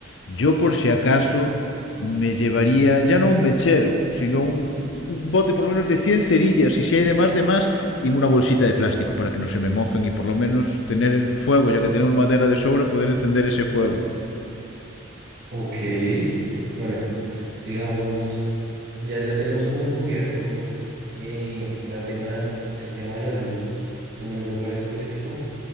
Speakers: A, on the left; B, on the right.
A: yo por si acaso me llevaría ya no un mechero, sino un, un bote por lo menos de 100 cerillas y si hay demás, demás, y una bolsita de plástico para que no se me mojen y por lo menos tener fuego, ya que tenemos madera de sobra, poder encender ese fuego.
B: Ok, bueno, digamos, ya, ya tenemos como cubierto eh, la tema, el tema de la luz en un lugar específico,